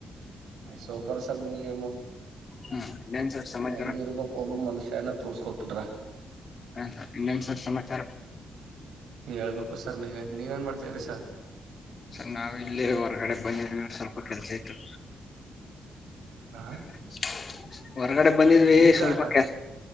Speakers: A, on the right; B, on the left.
A: ಸೂಪರ್ ಸನ್ ಮ್ಯಸಮ
B: ಹ್ಮ ಇನ್ನೇನ್ ಸರ್ ಸಮಾಚಾರ
A: ಹೆಂಗ ಇರ್ಬೇಕಕ್ ಒಬೊ ಮನುಷ್ಯ. ನ ತೋರ್ಸ್ಕೊಬ ಬಿಟ್ರ
B: ಹ ಸರ್ ಇನ್ನೊಂದಸರ್ ಸಮಾಚಾರ?
A: ಹೇಳ್ಬೇಕು ಸರ್ ನೀವೇ ನೀವ ಏನ್ ಮಾಡ್ ಸರಿ ಸರ್.
B: ಸರ್ ನಾವು ಇಲ್ಲಿ ಹೊರಗಡೆ ಬಂದಿರ್ವಿ ಸ್ವಲ್ಪ. ಸ ಆತು <inaudible>
A: ಹಾ
B: ಹ ಹೊರಗಡೆ ಬಂದಿದ್ವಿ
A: ಈ ಕಾರ್ಟ
B: ಸ್ವಲ್ಪ ಕೆಲ್ಸ